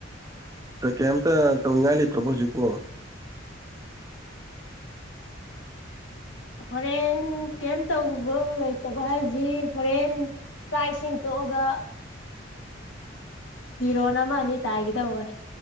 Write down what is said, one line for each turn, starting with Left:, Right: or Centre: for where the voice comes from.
Right: ꯀꯩꯝꯇ ꯇꯧꯅꯤꯡꯉꯥꯏ ꯂꯩꯇ꯭ꯔꯣꯕ ꯍꯧꯖꯤꯛ? ꯑꯣ
Left: ꯍꯣꯔꯦꯟ ꯀꯩ ꯇꯧꯕ ꯂꯩꯇꯕ ꯍꯥꯏꯁꯤ ꯍꯣꯔꯦꯟ ꯆꯥꯛ ꯏꯁꯤꯡ ꯇꯣꯛꯑꯒ ꯐꯤꯔꯣꯟ ꯑꯃ ꯑꯅꯤ ꯇꯥꯏꯒꯤꯗꯧ ꯉꯥꯏ